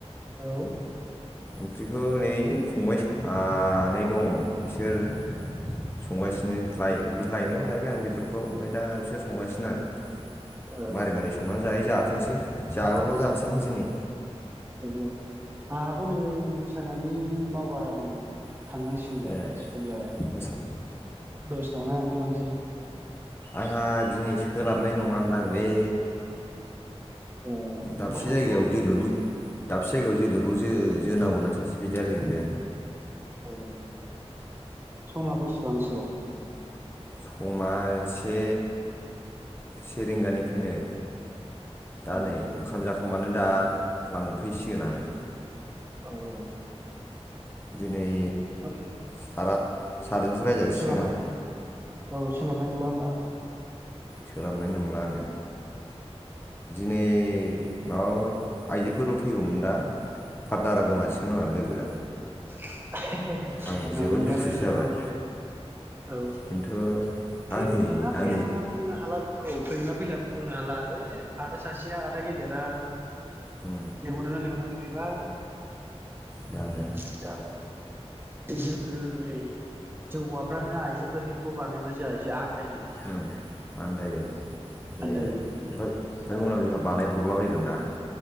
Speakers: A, on the right; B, on the left.
A: औ।
B: ओंख्रिखौ नै फंबाय सानै दङ'। बिसोर
A: ए
B: संगासिनो। लाय बे लायनायाव
A: औ
B: लायबाय आं बेदर खौ ओमफाय दा बिसोर संगासिनो आरो।।
A: ओ
B: मारै मारै संना जायो जा थोंसै। जाग्रल' जानसां
A: औ
B: दिनै।
A: औ आंहाबो नै मोसानायनि मावबादा दङ'।
B: <inaudible>
A: थांनांसिगौलाय सम जाबाय दसे थाना ओंखारलांसै
B: आंहा दिनै सोलाबनाय नङानदांलै।
A: ओ
B: दाबसे
A: अबेबा थांनांगौ
B: जायगायाव जोलुरबो दाबसे जायगायाव जोलुरबो। जो-जोनांगौना सासे बिदाया लिंदों।
A: औ समा बेसेबांसोआव बेबा?
B: समा से से रिंगानिफ्रायनो। दा
A: ए
B: नै ओंखाम जाखांबानो दा लांफैसिगोनानो।
A: औ औ।
B: दिनै
A: <unintelligible> औ
B: सारा सारजोंसो रायजासिगोन
A: सोलाबनाय
B: आं
A: नंला होमबा।
B: सोलाबनाय नोंला आङो। दिनै माबा आइजोफोरबो फैगौमोन दा पार्टनारा गोमासिगोन आंना लोगोआ।
A: <inaudible> हे हे हे
B: आं
A: नंनाया
B: जोबोद दुखुसो
A: लाय नंगौ
B: जाबाय
A: औ।
B: खिन्थु
A: फैगोन
B: आंनि
A: ना फैया
B: आंनि
A: बुंनो हाला बेखौ फैगोन ना फैला बुंनो हाला। आरे आदा सासेया आदा गेदेरा।
B: उम
A: लेंहरदोना लेंहराखै। बेबा। <unintelligible>
B: जानो
A: जोंनो ओरै जों हौवाफ्रानो आइजोफोरनिखौबो बानायबा जा <unintelligible> आन्दाय
B: ओं आन्दायो जायो
A: आन्दायो
B: आरो ओम ओमफ्राय
A: जाया
B: उनाव जोंहा बानाय <unintelligible>